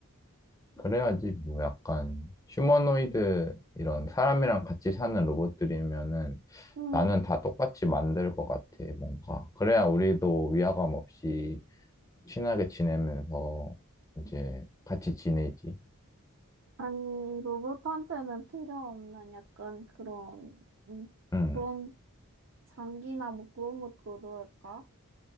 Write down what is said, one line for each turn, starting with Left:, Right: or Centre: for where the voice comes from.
Left: 그래야지, 뭐, 약간, 휴머노이드, 이런 사람이랑 같이 사는 로봇들이면은,
Right: 응.
Left: 나는 다 똑같이 만들 것 같아, 뭔가. 그래야 우리도 위화감 없이, 친하게 지내면서 이제 같이 지내지.
Right: 아니, 로봇한테는 필요 없는 약간 그런, 음,
Left: 응,
Right: 그런 장기나 뭐 그런 것도 넣을까?